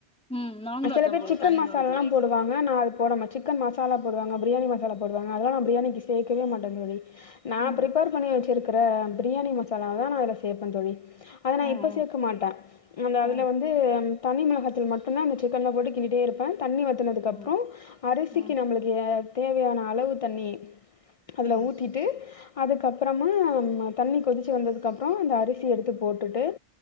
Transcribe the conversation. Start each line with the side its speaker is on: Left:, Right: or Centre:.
Centre: ம் நாங்களு
Left: சில
Centre: அதா
Left: பேர்
Centre: போடுவோ
Left: சிக்கன்
Centre: தனி
Left: மசாலால்லா
Centre: மிளகாத்தூள்
Left: போடு வாங்க நா அது போடம சிக்கன் மசாலா போடுவாங்க பிரியாணி மசாலா போடுவாங்க அதல்லா நா பிரியாணிக்கி சேக்கவே மாட்டந்தோழி நா
Centre: ம்
Left: ப்ரிப்பேர் பண்ணி வச்சிருக்குற பிரியாணி மசாலாவதா நா இதுல சேப்பந் தோழி அத நா
Centre: ம்
Left: இப்ப
Centre: ம்
Left: சேக்க மாட்டே அந்த அதுல
Centre: ம்
Left: வந் து அந் தனிமிளகாத்தூள் மட்டுந்தா அந்த சிக்கன்ல போட்டு கிண்டிட்டே இருப்பே தண்ணி வத்துனதுக்கப்றோ
Centre: ம்
Left: அரிசிக்கி
Centre: ம்
Left: நம்மளுக்கு தேவையான அளவு தண்ணி அதுல
Centre: ம்
Left: ஊத்தீட்டு அதுக்கப்றமாம்ம தண்ணி கொதிச் சி வந்ததுக்கப்றோ இந்த அரிசி எடுத்து போட்டுட்டு